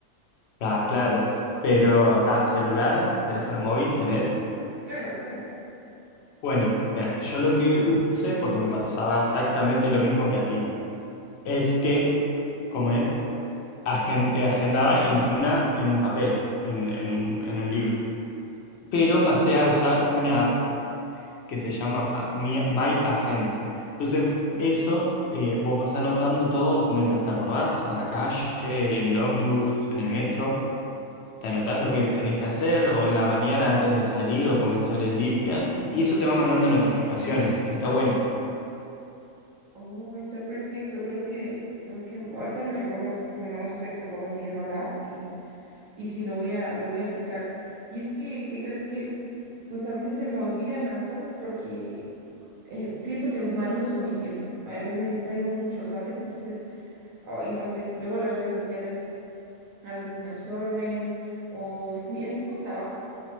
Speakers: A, on the left; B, on the right.
A: Ah, claro. Pero, ta, celular, teléfono móvil, ¿tenés?
B: Claro, claro.
A: Bueno, mira, yo lo que usé, porque me pasaba exactamente lo mismo que a ti, es que, ¿cómo es? Agen- eh, agendaba en una, en un papel, en, en un, en un libro. Pero pasé a usar una app que se llama Mi- My Agenda. Entonces, eso, eh, vos vas anotando todo mientras te acordás, en la calle, en el ómnibus, en el metro, te anotás lo que tenés que hacer, o en la mañana antes de salir o comenzar el día, y eso te va mandando notificaciones, que está bueno.
B: Oh, está perfecto. Creo que, creo que ahorita me recuerdas, me mandas un texto cómo se llama la app y, y sí lo voy a, lo voy a aplicar. Y es que, ¿qué crees que? Pues a veces se me olvidan las cosas porque eh, siento que mal uso mi tiempo. A veces me distraigo mucho, ¿sabes? Entonces, ay, no sé. Luego las redes sociales a veces me absorben o s- mi- el mismo trabajo.